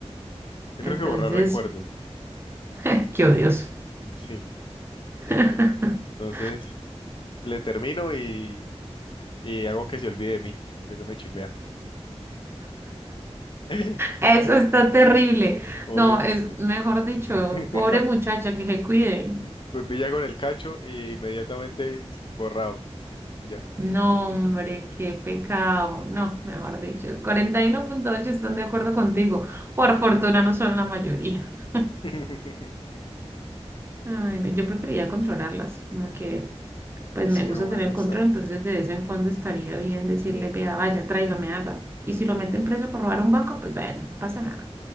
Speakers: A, on the left (about 50°); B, on the right (about 20°).
A: Yo
B: Entonces,
A: creo que borrar recuerdos.
B: <laughs> qué odioso.
A: Sí.
B: <laughs>
A: Entonces, le termino y, y hago que se olvide de mí. Entonces no me chimbea. <laughs>
B: Eso está terrible.
A: Obvio.
B: No, es mejor dicho,
A: <laughs>
B: pobre muchacha que se cuide.
A: Me pilla con el cacho y inmediatamente ch, borrado. y Ya.
B: No, hombre, qué pecado. No, mejor dicho, el cuarenta y uno punto ocho están de acuerdo contigo. Por fortuna no son la mayoría.
A: <laughs>
B: Ay, no, yo preferiría controlarlas, como que pues
A: Es
B: me
A: que
B: gusta
A: no
B: tener
A: me gusta.
B: control, entonces de vez en cuando estaría bien decirle, vea, vaya, tráigame, haga. Y si lo meten preso por robar un banco, pues bueno, no pasa nada.